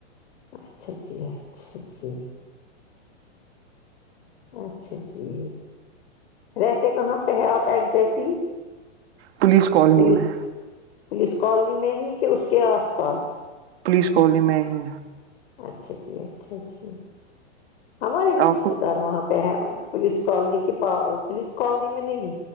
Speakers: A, on the left (about 60°); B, on the right (about 60°).
A: اچھا جی اچھا جی اچھا جی رہتے کہاں پہ ہے آپ ایگزیکٹلی
B: پولیس کالونی
A: پولیس
B: میں
A: پولیس کالونی میں ہی کہ اس کے آس پاس
B: پولیس کالونی میں ہی
A: اچھا جی اچھا جی ہمارے بھی
B: آپ
A: رشتے
B: کو
A: دار وہاں پہ پہ ہے پولیس کالونی کے پا پولیس کالونی میں نہیں